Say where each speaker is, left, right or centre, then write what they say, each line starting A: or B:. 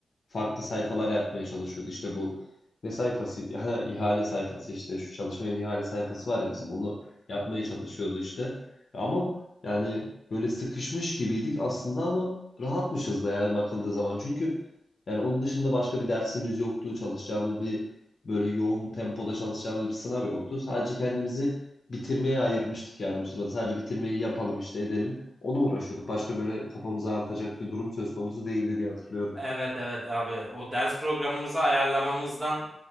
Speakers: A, on the left (about 55°); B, on the right (about 20°).
A: farklı sayfalar yapmaya çalışıyordu. İşte bu ne sayfasıydı? Ha ihale sayfası işte şu çalışmanın ihale sayfası var ya bizim onu yapmaya çalışıyordu işte. Ama yani böyle sıkışmış gibiydik aslında ama rahatmışız da yani bakıldığı zaman. Çünkü yani onun dışında başka bir dersimiz yoktu. Çalışacağımız bir böyle yoğun tempoda çalışacağımız bir sınav yoktu. Sadece kendimizi bitirmeye ayırmıştık yani o sırada. Sadece bitirmeyi yapalım işte edelim. Ona uğraşıyorduk. Başka böyle kafamızı ağrıtacak bir durum söz konusu değildi diye hatırlıyorum.
B: Evet evet abi o ders programımızı ayarlamamızdan